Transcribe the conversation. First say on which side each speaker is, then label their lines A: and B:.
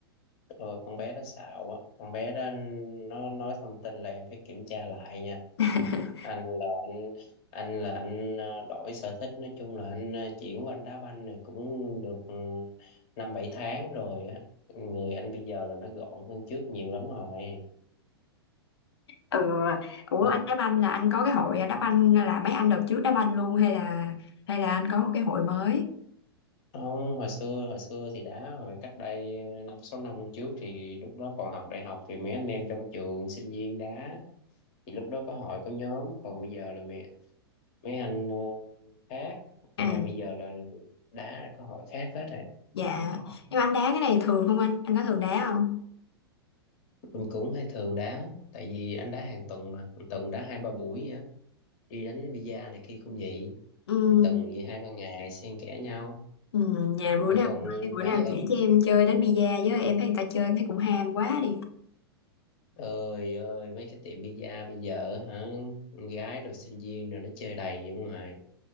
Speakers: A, on the left; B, on the left.
A: rồi con bé đó xạo á con bé đó nó nói thông tin là em phải kiểm tra lại nha
B: <laughs>
A: anh là anh anh là anh ờ, đổi sở thích nói chung là anh ờ, chuyển qua anh đá banh này cũng được ừ, năm bảy tháng rồi á người anh bây giờ là nó gọn hơn trước nhiều lắm rồi
B: ừ ủa
A: Ủa?
B: anh đá banh là anh có cái hội đá banh là mấy anh đợt trước đá banh luôn hay là hay là anh có một cái hội mới
A: không hồi xưa hồi xưa thì đá hồi cách đây ờ, năm sáu năm trước thì lúc đó còn học đại học thì mấy anh em trong trường sinh viên đá thì lúc đó có hội có nhóm còn bây giờ là mấy anh ờ, khác nói
B: à
A: chung là bây giờ là đá là có hội khác hết rồi
B: dạ nhưng mà anh đá cái này thường không anh anh có thường đá không
A: mình cũng hay thường đá tại vì anh đá hàng tuần mà hàng tuần đá hai ba buổi vậy á đi đánh bida này kia cũng vậy
B: ừ
A: hàng tuần vậy hai ba ngày xen kẽ nhau
B: ừ nhà bữa
A: rồi
B: nào
A: còn
B: bữa
A: nãy
B: nào
A: giờ
B: chỉ cho em chơi đánh bi-a với em thấy người ta chơi em thấy cũng ham quá đi
A: ơi ơi mấy cái tiệm bida bây giờ hả con gái rồi sinh viên rồi nó chơi đầy ở ngoài